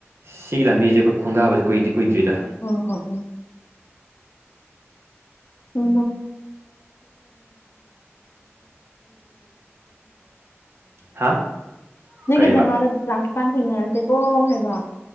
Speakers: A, on the right (about 60°); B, on the left (about 60°).
A: ꯁꯤꯒꯤ ꯂꯝꯕꯤꯁꯦ ꯑꯩꯈꯣꯏ ꯈꯣꯡꯗꯥꯕꯁꯦ ꯀꯨꯏꯗꯤ ꯀꯨꯏꯗ꯭ꯔꯤꯗ
B: <unintelligible> <unintelligible> <unintelligible>
A: ꯍꯥ
B: ꯅꯪꯒꯤ
A: ꯀꯔꯤꯕ
B: ꯖꯒꯥꯗ ꯂꯥꯛꯄꯀꯥꯟ ꯊꯦꯡꯅꯔꯁꯦꯀꯣ ꯍꯥꯏꯕ